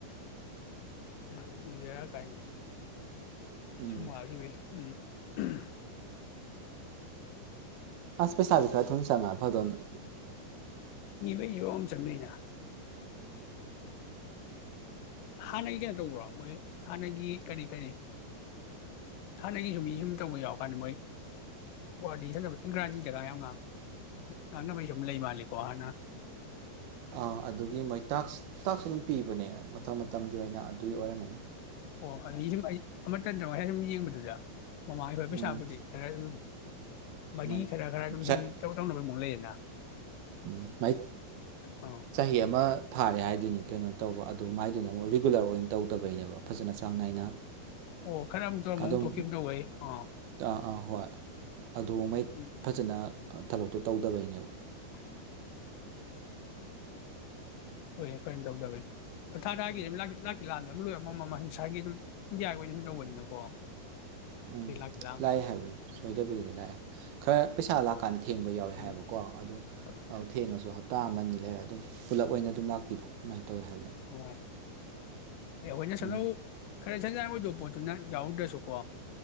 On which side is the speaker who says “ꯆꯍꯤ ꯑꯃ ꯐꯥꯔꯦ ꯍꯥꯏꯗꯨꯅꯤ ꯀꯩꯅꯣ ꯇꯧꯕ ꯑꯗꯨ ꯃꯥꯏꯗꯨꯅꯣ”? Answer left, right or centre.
Right